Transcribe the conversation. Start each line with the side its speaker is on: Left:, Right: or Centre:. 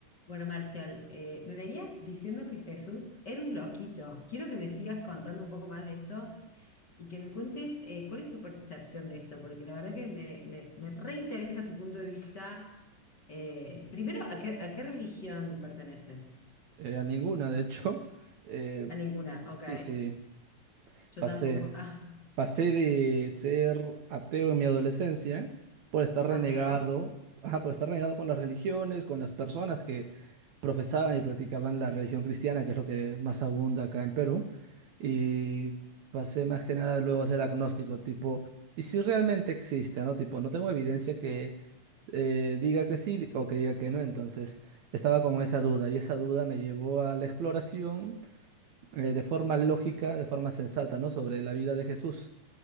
Left: Bueno, Marcial, eh, me venías diciendo que Jesús era un loquito. Quiero que me sigas contando un poco más de esto y que me cuentes eh, cuál es tu percepción de esto, porque la verdad que me, me- me reinteresa tu punto de vista. Eh, primero, ¿a qué, a qué religión perteneces?
Right: Eh, a ninguna, de hecho. Eh,
Left: A ninguna, ok.
Right: sí, sí,
Left: Yo
Right: pasé.
Left: tampoco. Ah,
Right: Pasé de ser ateo en mi adolescencia por estar renegado,
Left: ateo.
Right: ajá, por estar renegado con las religiones, con las personas que profesaban y practicaban la religión cristiana, que es lo que más abunda acá en Perú. Y pasé más que nada luego a ser agnóstico, tipo, ¿y si realmente existe, no? Tipo, no tengo evidencia que eh, diga que sí o que diga que no. Entonces, estaba con esa duda y esa duda me llevó a la exploración eh, de forma lógica, de forma sensata, ¿no? Sobre la vida de Jesús.